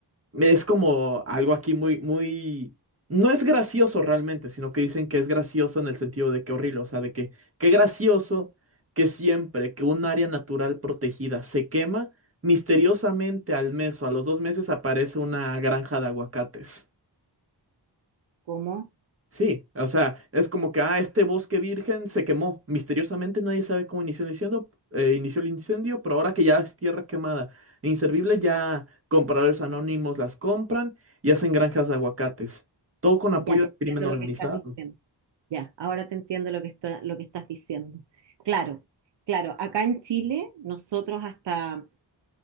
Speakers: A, on the right; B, on the right.
A: es como algo aquí muy, muy... No es gracioso realmente, sino que dicen que es gracioso en el sentido de que horrible, o sea, de que qué gracioso que siempre que un área natural protegida se quema, misteriosamente al mes o a los dos meses aparece una granja de aguacates.
B: ¿cómo?
A: Sí, o sea, es como que, ah, este bosque virgen se quemó. Misteriosamente nadie sabe cómo inició el incendio, eh, inició el incendio, pero ahora que ya es tierra quemada e inservible, ya compradores anónimos las compran y hacen granjas de aguacates. Todo con apoyo
B: Ya te
A: del crimen
B: entiendo
A: organizado.
B: lo que estás diciendo. Ya, ahora te entiendo lo que está- lo que estás diciendo. Claro, claro. Acá en Chile, nosotros hasta